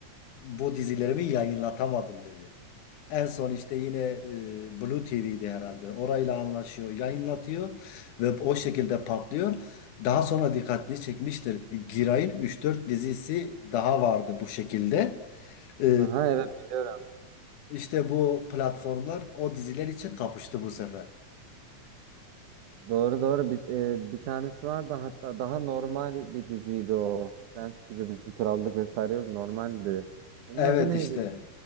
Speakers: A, on the left (about 85°); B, on the right (about 80°).
A: bu dizilerimi yayınlatamadım dedi. En son işte yine e, Blue TV'di herhalde. Orayla anlaşıyor, yayınlatıyor ve o şekilde patlıyor. Daha sonra dikkatini çekmiştir. Giray'ın üç dört dizisi daha vardı bu şekilde. E,
B: Aha evet biliyorum.
A: işte bu platformlar o diziler için kapıştı bu sefer.
B: Doğru doğru bir, e, bir tanesi var da hatta daha normal bir diziydi o. Prens gibi bir bir krallık vesaire yok, normaldi. Onun
A: Evet
B: adı neydi?
A: işte.
B: ya?